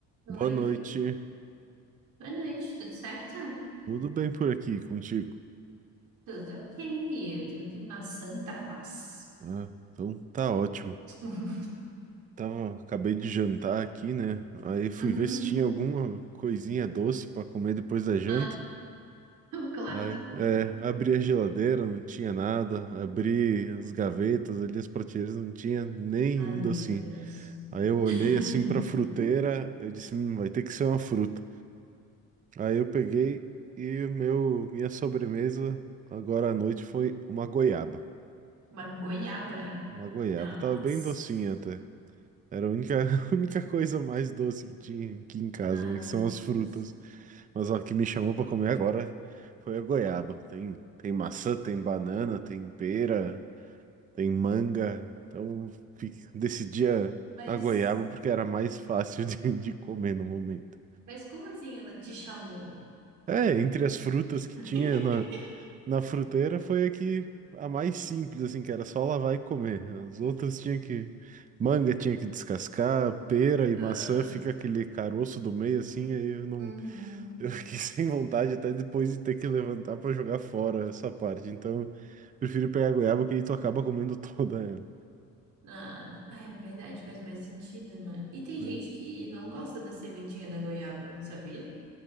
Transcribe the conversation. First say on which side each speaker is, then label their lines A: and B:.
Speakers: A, on the right; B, on the right.
A: Oi,
B: Boa noite.
A: boa noite, tudo certo?
B: Tudo bem por aqui contigo?
A: Tudo ok, tudo na santa paz.
B: Ah, então tá ótimo.
A: <laughs>
B: Tava, acabei de jantar aqui, né? Aí fui
A: Uhum.
B: ver se tinha alguma coisinha doce pra comer depois da janta.
A: Ah, o clássico.
B: Aí, é, abri a geladeira, não tinha nada. Abri as gavetas ali, as prateleiras, não tinha nenhum
A: Ai, meu
B: docinho.
A: Deus.
B: Aí eu olhei
A: <laughs>
B: assim pra fruteira, eu disse, "Hum, vai ter que ser uma fruta. Aí eu peguei e meu, minha sobremesa agora à noite foi uma goiaba.
A: Uma goiaba.
B: Uma goiaba
A: Nossa.
B: tava bem docinha até. Era a única, <laughs> a única coisa mais doce que tinha aqui em casa,
A: Ai,
B: né? Que
A: meu
B: são as
A: Deus.
B: frutas. Mas ó, o que me chamou pra comer agora foi a goiaba. Tem, tem maçã, tem banana, tem pera, tem manga. Então fi- decidi a,
A: Mas,
B: a goiaba porque era mais fácil <laughs> de, de comer no momento.
A: mas como assim ela te chamou?
B: É, entre as frutas
A: <laughs>
B: que tinha na, Na fruteira foi a que a mais simples, assim, que era só lavar e comer. As outras tinha que. Manga tinha que descascar, pera e
A: Ah,
B: maçã fica aquele caroço do meio, assim, aí eu não.
A: uhum.
B: Eu fiquei <laughs> sem vontade até depois de ter que levantar pra jogar fora essa parte. Então, eu prefiro pegar goiaba, que aí tu acaba comendo <laughs> toda ela,
A: Ah, é verdade, faz mais sentido, né? E tem
B: né?
A: gente que não gosta da sementinha da goiaba, sabia?